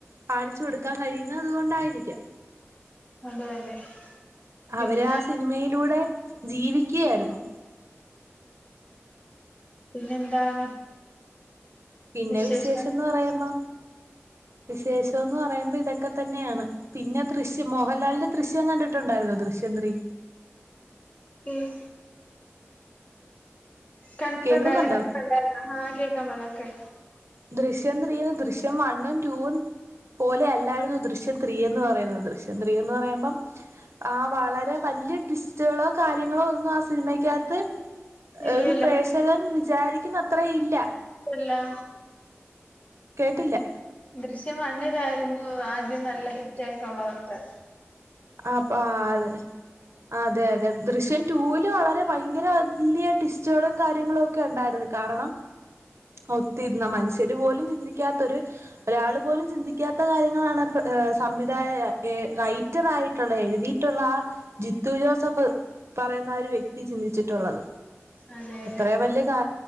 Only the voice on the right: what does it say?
കാണിച്ചു കൊടുക്കാൻ കഴിയുന്നെതതുകൊണ്ടായിരിക്കാം.
അവെരാ സിനിമയിലൂടെ ജീവിക്കൃയായിരുന്നു.
പിന്നെ
വിശേഷെന്ന് പറയുമ്പോ വിശേഷെന്ന് പറയുമ്പോ ഇതൊക്കെ തന്നെയാണ്. പിന്നെ ദൃശ്യം, മോഹലാലിന്റെ ദൃശ്യം കണ്ടിട്ടുണ്ടായിന്നോ ദൃശ്യം ത്രീ
കേക്കുന്നുണ്ടോ
ദൃശ്യം ത്രീ ദൃശ്യം വണ്ണും റ്റൂവും പോലെ അല്ലായിരുന്നു ദൃശ്യ ദൃശ്യം ത്രീന്ന്പറയുന്നത് ദൃശ്യംത്രീ എന്ന് പറയ്മ്പം. ആഹ് വളരെ വല്ല്യ ട്വിസ്റ്റുകളോ കാര്യങ്ങളോ ഒന്ന് ആഹ് സിനിമക്കകത്ത്.
ഒരു
പ്രേക്ഷകൻ വിചാരിക്കുന്ന അത്രഇല്ല
കേട്ടില്ല.
ആപ്പാതെ അതെ അതെ ദൃശ്യം റ്റൂല് വളരെ ഭയങ്കര വലൃയ ടിസ്റ്റുകളും കാര്യങ്ങളെ ക്കെണ്ടായിരുന്നു കാരണം ഒത്തിര്ന്നാ മനുഷ്യര് പോലും ചിന്തിക്കാത്തൊര്. ഒരാള്പോലും ചിന്തിക്കാത്ത കാര്യങ്ങളാണ് സംവിധായ ഏഹ് നൈ ഹിറ്ററായിട്ടുള്ള എഴുതീട്ടുള്ളാ ജിത്തു ജോസഫ്. പറയുന്നാ ആഹ് ഒരു വ്യക്തി ചിന്തിച്ചിട്ടുള്ളത്
അത്രേ
വല്യ കാ